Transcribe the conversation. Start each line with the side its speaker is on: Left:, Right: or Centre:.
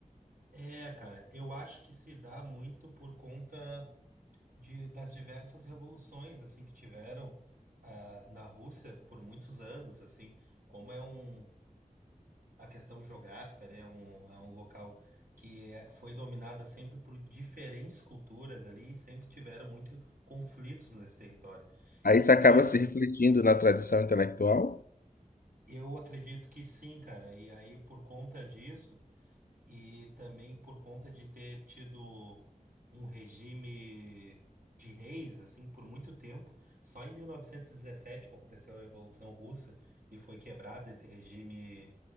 Right: É, cara, eu acho que se dá muito por conta de, das diversas revoluções assim que tiveram ah, na Rússia por muitos anos, assim, como é um a questão geográfica, ele é um, é um local que é- foi dominada sempre por diferentes culturas ali e sempre tiveram muito conflitos nesse território.
Left: Aí isso
Right: Mas
Left: acaba se refletindo na tradição intelectual?
Right: eu acredito que sim, cara, e aí por conta disso e também por conta de ter tido um regime de reis, assim, por muito tempo, só em 1917 que aconteceu a Revolução Russa e foi quebrado esse regime,